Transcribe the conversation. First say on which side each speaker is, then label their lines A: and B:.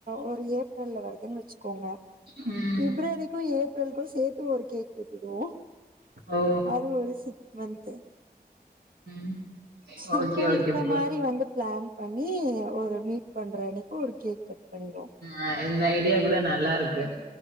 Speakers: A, on the right; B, on the right.
A: ஒரு ஏப்ரல்ல வருதுன் வச்சுக்கோங்க
B: ம்
A: பிப்ரவரிக்கும் ஏப்ரல்க்கும் சேத்து ஒரு கேக் வெட்டிடுவோ
B: ஓ
A: அது ஒரு சிக் மந்த்து
B: ம்
A: அதான்
B: ஓகே ஓகே
A: இந்த
B: ப்ரோ
A: மாரி வந்து ப்ளான் பண்ணி ஒரு மீட் பண்றனக்கி ஒரு கேக் கட் பண்ணிருவோ
B: அ இந்த ஐடியா கூட நல்லாருக்கு